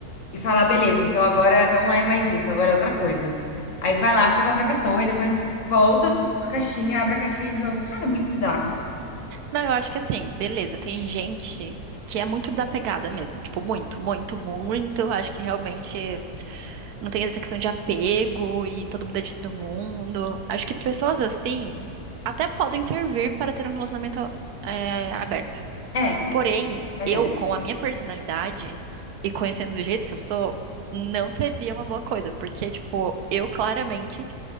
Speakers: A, on the left; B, on the right.
A: e falar, beleza, então agora não é mais isso, agora é outra coisa. Aí vai lá, fica com outra pessoa e depois volta com a caixinha, abre a caixinha de novo. Cara, muito bizarro.
B: não, eu acho que assim, beleza, tem gente que é muito desapegada mesmo. Tipo, muito, muito, muito. Acho que realmente não tem essa questão de apego e todo mundo é de todo mundo. Acho que pessoas assim até podem servir para ter um relacionamento, é, aberto.
A: É,
B: Porém,
A: verdade.
B: eu, com a minha personalidade e conhecendo do jeito que eu sou, não seria uma boa coisa, porque, tipo, eu claramente